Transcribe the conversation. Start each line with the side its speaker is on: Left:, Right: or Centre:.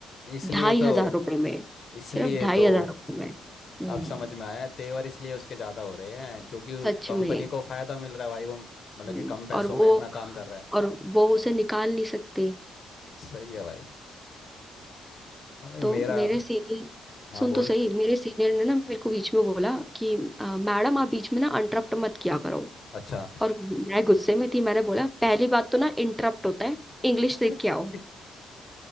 Left: इसलिए
Centre: ढाई
Left: तो
Centre: हजार रुपये में
Left: इसलिए
Centre: सिर्फ ढाई
Left: तो
Centre: हजार रुपये में हम्म
Left: अब समझ में आया तेवर इसलिए उसके ज़्यादा हो रहे हैं क्योंकि
Centre: सच
Left: कंपनी
Centre: में
Left: को फ़ायदा मिल रहा है भाई वो मतलब
Centre: हम्म,
Left: कि कम पैसों
Centre: और वो
Left: में इतना काम कर रहा है
Centre: और वो उसे निकाल नहीं सकते
Left: सही है भाई हाँ भाई
Centre: तो
Left: मेरा
Centre: मेरे सीनियर
Left: हाँ
Centre: सुन
Left: बोल
Centre: तो सही मेरे सीनियर ने ना मेरे को बीच में बोला कि "अ, मैडम आप बीच में ना इंटरप्ट मत किया करो
Left: अच्छा
Centre: और मैं गुस्से में थी मैंने बोला पहली बात तो ना इंटरप्ट होता है इंग्लिश
Left: <laughs>
Centre: सीख के आओ